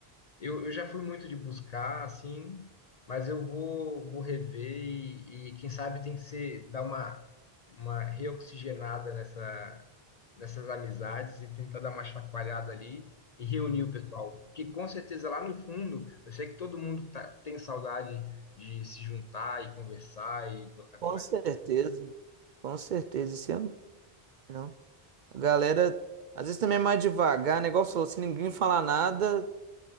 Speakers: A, on the left; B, on the right.
A: eu, eu já fui muito de buscar, assim, mas eu vou, vou rever e, e quem sabe tem que ser dar uma, uma reoxigenada nessa, nessas amizades e tentar dar uma chacoalhada ali e reunir o pessoal. Porque com certeza lá no fundo, eu sei que todo mundo tá, tem saudade de se juntar e conversar e botar conversa.
B: Com certeza, com certeza, isso eu não. A galera, às vezes também é mais devagar, negócio falou, se ninguém falar nada,